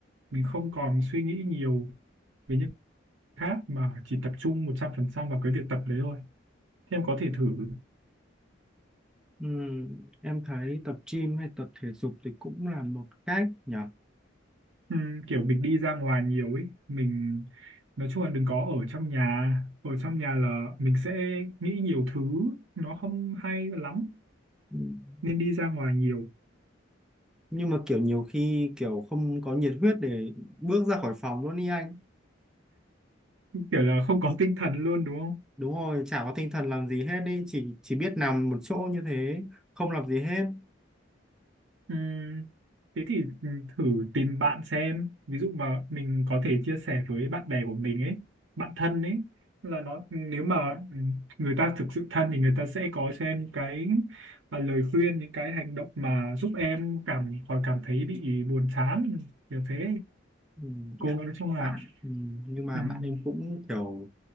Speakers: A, on the right; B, in the centre.
A: mình không còn suy nghĩ nhiều về những khác mà chỉ tập trung 100% vào cái việc tập đấy thôi. Thì em có thể thử
B: Ừm, em thấy tập gym hay tập thể dục thì cũng là một cách nhỉ
A: ừm, kiểu mình đi ra ngoài nhiều ấy, mình nói chung là đừng có ở trong nhà, ở trong nhà là mình sẽ nghĩ nhiều thứ nó không hay lắm
B: Ừm,
A: nên đi ra ngoài nhiều,
B: nhưng mà kiểu nhiều khi kiểu không có nhiệt huyết để bước ra khỏi phòng luôn đi anh
A: kiểu là không có tinh thần luôn đúng không?
B: đúng rồi chả có tinh thần làm gì hết đi chỉ chỉ biết nằm một chỗ như thế không làm gì hết
A: Ừm, thế thì ừm, thử tìm bạn xem ví dụ mà mình có thể chia sẻ với bạn bè của mình ấy bạn thân ấy là nó nếu mà ừm, người ta thực sự thân thì người ta sẽ có cho em những cái à, lời khuyên những cái hành động mà giúp em cảm khỏi cảm thấy bị buồn chán kiểu thế
B: Ừm,
A: cố
B: em
A: gắng nói chung
B: có
A: là
B: bạn Ừm, nhưng mà
A: ừm,
B: bạn em cũng kiểu